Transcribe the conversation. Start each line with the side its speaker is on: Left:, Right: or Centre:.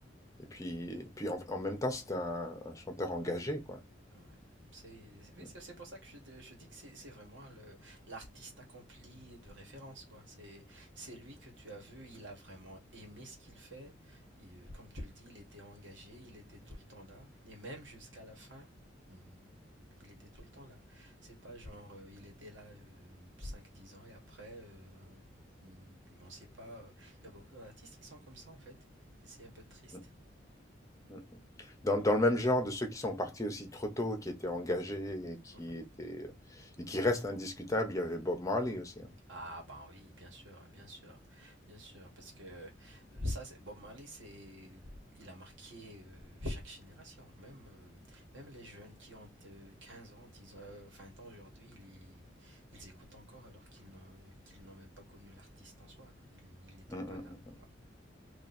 Left: Et puis, et puis en, en même temps, c'était un, un chanteur engagé, quoi.
Right: Ouais. C'est c'est- oui,
Left: Mm.
Right: c'est- c'est pour ça que je, dis- je dis que c'est c'est vraiment le l'artiste accompli de référence, quoi. C'est c'est lui que tu as vu, il a vraiment aimé ce qu'il fait. Il, euh, comme tu le dis, il était engagé, il était tout le temps là. Et même jusqu'à la fin, hum, il était tout le temps là. C'est pas genre, euh, il était là euh, cinq dix ans et après, euh, hum, on sait pas. euh, Il y a beaucoup d'artistes qui sont comme ça, en fait. Et c'est un peu triste.
Left: Mm, mm. Dans, dans le même genre de ceux qui sont partis aussi trop tôt, qui étaient engagés et qui
Right: Mhm.
Left: étaient, euh, et qui restent indiscutables, il y avait Bob Marley aussi. hein.
Right: Ah ben oui, bien sûr, bien sûr, bien sûr, parce que ça, c'est Bob Marley, c'est, il a marqué euh, chaque génération, même, euh, même les jeunes qui ont de 15 ans, 10 ans, euh, 20 ans aujourd'hui, ils, ils écoutent encore alors qu'ils n'ont, qu'ils n'ont même pas connu l'artiste en soi, ils, ils n'étaient
Left: Mmh
Right: pas
Left: mh,
Right: là.
Left: mmh.
Right: Ouais.